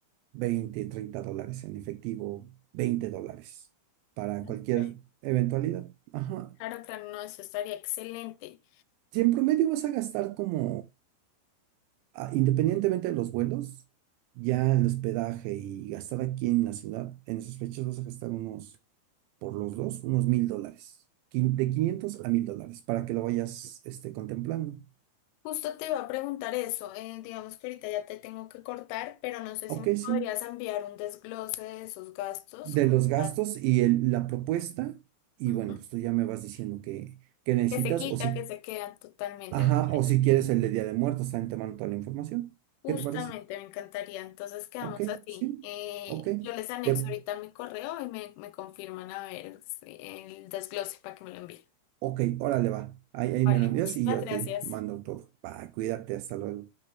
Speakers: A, on the right; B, on the left.
A: 20, 30 dólares en efectivo, 20 dólares para
B: Ok.
A: cualquier eventualidad. Ajá.
B: Claro, claro, no, eso estaría excelente.
A: Si en promedio vas a gastar como, ah, independientemente de los vuelos, ya el hospedaje y gastar aquí en la ciudad, en esas fechas vas a gastar unos, por los dos, unos mil dólares. Quin- De 500 a mil dólares para que lo vayas este, contemplando.
B: Justo te iba a preguntar eso, eh, digamos que ahorita ya te tengo que cortar, pero no sé
A: Ok,
B: si me podrías
A: sí.
B: enviar un desglose de esos gastos
A: De
B: como
A: los gastos
B: para-
A: y el- la propuesta. Y
B: Ujú.
A: bueno, pues tú ya me vas diciendo que, que necesitas
B: que se quita,
A: o si,
B: que se quedan totalmente,
A: ajá,
B: me parece.
A: o si quieres el de Día de Muertos, también te mando toda la información.
B: Justamente
A: ¿Qué te parece?
B: me encantaría, entonces quedamos
A: Ok,
B: así.
A: sí.
B: Eh,
A: Ok.
B: yo les anexo
A: Te,
B: ahorita mi correo y me, me confirman a ver si- el desglose para que me lo envíen.
A: Ok, órale, va. Ahí, ahí
B: Vale,
A: me lo envías
B: muchísimas
A: y yo
B: gracias.
A: te mando todo. Va, cuídate, hasta luego.